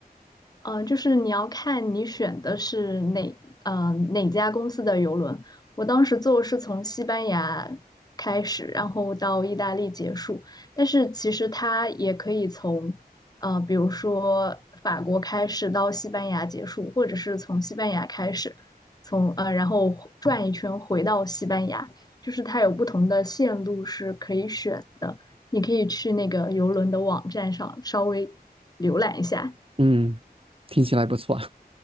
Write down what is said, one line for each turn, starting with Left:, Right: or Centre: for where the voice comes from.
Left: 嗯呃，就是你要看你选的是哪呃哪家公司的邮轮。我当时坐是从西班牙开始，然后到意大利结束。但是其实它也可以从呃，比如说法国开始到西班牙结束，或者是从西班牙开始，从呃然后转一圈回到西班牙，就是它有不同的线路是可以选的。你可以去那个邮轮的网站上稍微浏览一下。
Right: 嗯，听起来不错。<laughs>